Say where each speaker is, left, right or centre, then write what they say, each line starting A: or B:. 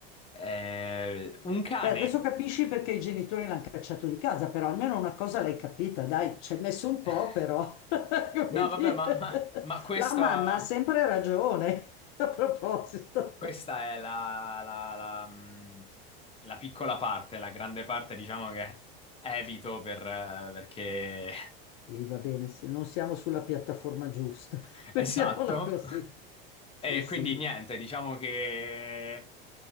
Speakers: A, on the left (about 20°); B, on the left (about 60°).
A: eh, un cane.
B: Beh, adesso capisci perché i genitori l'hanno cacciato di casa, però almeno una cosa l'hai capita, dai, ci hai messo un po',
A: <laughs>
B: però, <laughs> come
A: No,
B: dire,
A: vabbè, ma, ma, ma questa...
B: la mamma ha sempre ragione, a proposito.
A: Questa è la, la- la, mh, la piccola parte, la grande parte, diciamo che evito per, eh, perché...
B: Sì, va bene, se non siamo sulla piattaforma giusta, <laughs>
A: <laughs> Esatto.
B: mettiamola così. Sì,
A: E
B: sì.
A: quindi niente, diciamo che